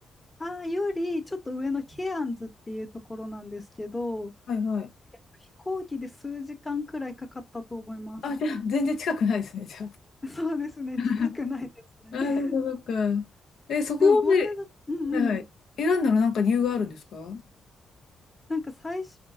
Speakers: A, on the left; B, on the left.
A: あ、よりちょっと上のケアンズっていうところなんですけど、
B: はいはい。
A: 飛行機で数時間くらいかかったと思います。
B: あ、じゃあ、全然近くないですね、じゃあ。
A: そうですね、
B: <laughs>
A: 近くないですね。
B: あ、そっかそっか。
A: そう。
B: え、そこで、
A: でもゴールドうんうん。
B: はいはい。選んだのなんか理由があるんですか
A: なんか最初、